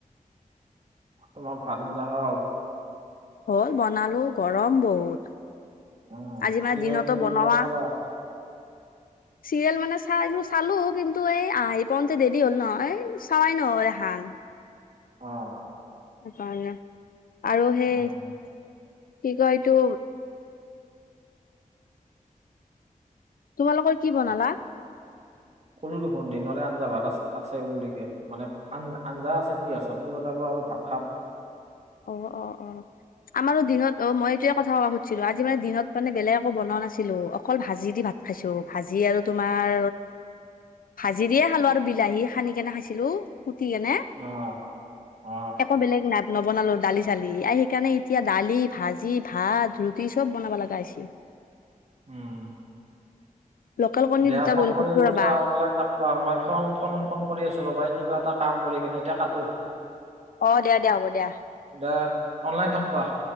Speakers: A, on the right; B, on the left.
A: তোমাৰ ভাত আঞ্জা হ'ল
B: হ'ল বনালো গৰম বহুত
A: উম
B: আজি মানে
A: চিৰিয়েল
B: দিনতো
A: টৰিয়েল
B: বনোৱা
A: গিলাক চালা
B: চিৰিয়েল মানে চাই চালো কিন্তু এই আহি পাওঁতে দেৰি হ'ল নহয় চোৱাই ন দেখান
A: আহ
B: কাৰণে আৰু সেই
A: উম
B: কি কয় এইটো তোমালোকৰ কি বনালা?
A: অহ ক'লো দেখোন দিনৰে আঞ্জা ভাত আছে বুলি কে মানে আঞ আঞ্জা আছে দ চব্নি বনাব আৰু ভাত খাম
B: অ', অ', অ', আমাৰো দিনত অ মই এইটয়ে কথা কব খুজিছিলো আজি মানে দিনত মানে বেলেগ একো বনওঁ নাছিলো অকল ভাজি দি ভাত খাইছো ভাজি আৰু তোমাৰ ভাজিৰেয় খালো আৰু বিলাহী খানি কেনে খাইছিলো। ঠে নে
A: অ অ
B: একো বেলেগ নাপ ন বনালো দালি চালি এই সেইকাৰণে এতিয়া দালি ভাজি ভাত ৰুটি চব বনাব লগা হৈ হৈছে
A: উম
B: লোকেল কণী
A: দিয়া
B: দুটা
A: ফোন
B: বইল
A: কৰি
B: কৰিছো
A: আছো
B: ৰবা
A: দিয়া অনলাইন থাকা মই ফোন ফোন ফোন কৰি আছো ৰ'বাই কিবা এটা কাম কৰি কেনে এতিয়া কাটো
B: অ', দো দিয়া হ'ব দিয়া।
A: দা অনলাইন থাকবা